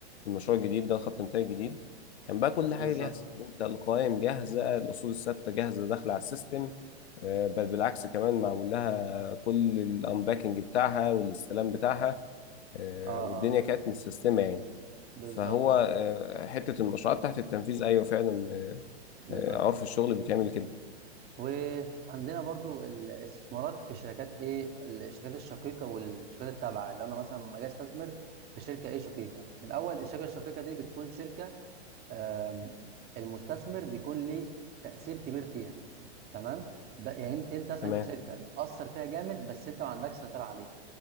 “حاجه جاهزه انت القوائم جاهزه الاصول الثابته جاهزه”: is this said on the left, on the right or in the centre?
Left